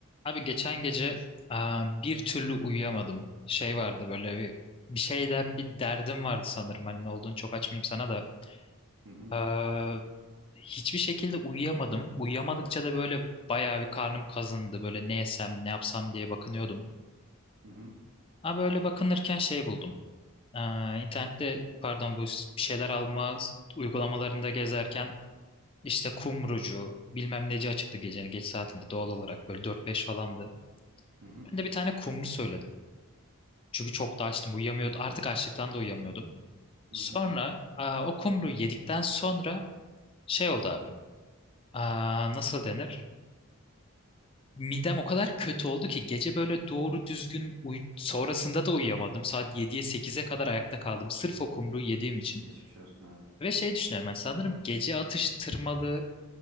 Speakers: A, on the left; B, on the right.
A: Abi geçen gece aa, bir türlü uyuyamadım. Şey vardı böyle bir, bir şeyden bir derdim vardı sanırım. Hani ne olduğunu çok açmayayım sana da.
B: Hı hı,
A: Aa, hiçbir şekilde uyuyamadım. Uyuyamadıkça da böyle bayağı bir karnım kazındı. Böyle ne yesem ne yapsam diye bakınıyordum.
B: hı hı,
A: Ama böyle bakınırken şey buldum. Aa, internette pardon bu bir şeyler alma uygulamalarında gezerken işte kumrucu bilmem neci açıktı gecenin geç saatinde doğal olarak böyle dört beş falandı.
B: hı hı,
A: Ben de bir tane kumru söyledim. Çünkü çok da açtım. Uyuyamıyordum. Artık açlıktan da uyuyamıyordum. Sonra
B: hı hı.
A: aa, o kumru yedikten sonra şey oldu abi. Aa, nasıl denir? Midem o kadar kötü oldu ki gece böyle doğru düzgün uy sonrasında da uyuyamadım. Saat yediye sekize kadar ayakta kaldım. Sırf o kumruyu yediğim için.
B: Geçmiş olsun abi.
A: Ve şey düşünüyorum ben sanırım gece atıştırmalı